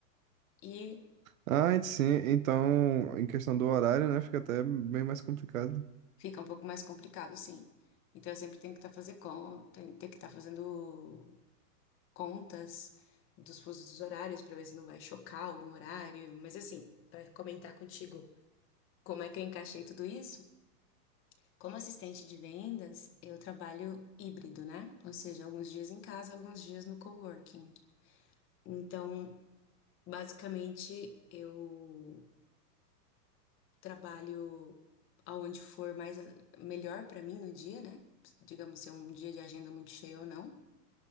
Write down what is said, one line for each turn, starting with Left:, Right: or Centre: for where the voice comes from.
Left: E
Right: Ah, e sim, então, em questão do horário, né, fica até bem mais complicado.
Left: fica um pouco mais complicado, sim. Então, eu sempre tenho que estar fazer con- tem- ter que estar fazendo contas dos fusos dos horários para ver se não vai chocar algum horário. Mas, assim, para comentar contigo como é que eu encaixei tudo isso. Como assistente de vendas, eu trabalho híbrido, né? Ou seja, alguns dias em casa, alguns dias no coworking. Então, basicamente, eu trabalho aonde for mais melhor para mim no dia, né? Digamos se é um dia de agenda muito cheia ou não.